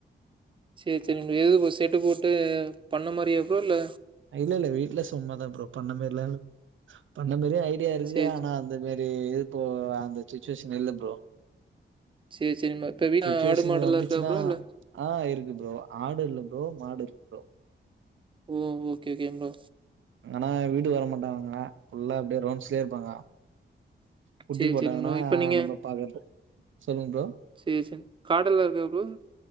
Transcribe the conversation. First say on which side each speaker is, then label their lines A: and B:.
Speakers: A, on the right; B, on the right.
A: சேரி சேரி எது செட்டு போட்டு பண்ண மாதிரியா ப்ரோ இல்ல
B: இல்ல இல்ல வீட்ல சும்மாதா ப்ரோ பண்ண மாதிரிலா இல்ல பண்ண மாதிரியும் ஐடியா இருக்கு
A: சேரி
B: ஆனா அந்த இதுமாரி இதுப்போ அந்த சுச்சுவேஷன் இல்ல ப்ரோ
A: சேரி சேரிம்மா இப்ப வீடு
B: சுச்சுவேஷன்
A: ஆடு மாடெல்லா
B: வந்துச்சுன்னா
A: இருக்கா ப்ரோ இல்ல
B: ஆ இருக்கு ப்ரோ ஆடு இல்ல ப்ரோ மாடு இருக்கு ப்ரோ
A: ம் ம் ஓகே ஓகே ப்ரோ
B: ஆனா வீட்டுக்கு வர மாட்டாங்க ஃபுல்லா அப்டியே ரவுண்ட்ஸ்லே இருப்பாங்க குட்டி
A: சேரி
B: போட்டாங்கன்னா
A: சேரிங் ப்ரோ இப்ப நீங்க
B: நம்ம பாக்குறது சொல்லுங்க ப்ரோ
A: சேரி சேரி காடு எல்லா இருக்கா ப்ரோ